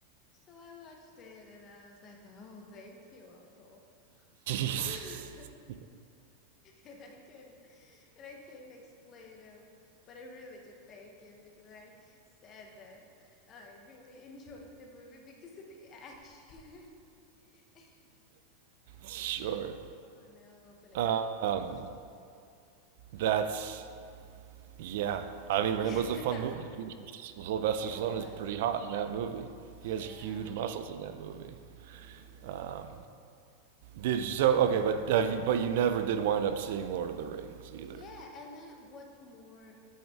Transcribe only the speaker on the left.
So I watched it and I was like, "Oh, thank you, uncle."
<laughs> And I and I couldn't and I couldn't explain him, but I really did thank him because I said that I really enjoyed the movie because of the action. <laughs>
Oh no, I'm opening
up. <laughs>
Yeah,
it
was.
Yeah.
Mm.
Yeah, and then what's more